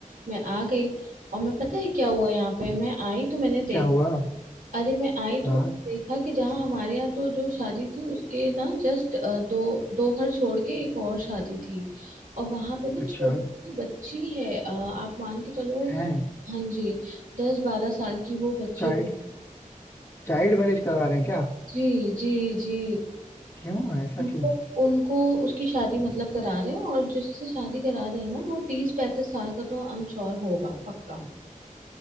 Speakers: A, on the right; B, on the left.
A: मैं आ गई और मैं पता है क्या हुआ यहाँ पे मैं आई तो मैंने
B: क्या
A: देखा
B: हुआ
A: अरे मैं आई तो
B: हाँ
A: मैंने देखा कि जहाँ हमारे यहाँ तो जो शादी थी उसके ना जस्ट दो दो घर छोड़ के एक और शादी थी और वहां पे ना
B: अच्छा
A: छोटी सी बच्ची है अ, आप मान के चलो
B: है
A: कि- हाँ जी दस बारह साल की वो बच्ची
B: चाइल्ड
A: हो-
B: चाइल्ड मैरिज करवा रहे हैं क्या
A: जी जी जी
B: क्यों ऐसा
A: तो
B: क्यों
A: उनको उसकी शादी मतलब करा रहे हैं और जिससे शादी करा रहे हैं ना वो तीस पैंतीस साल का तो आई एम श्योर होगा पक्का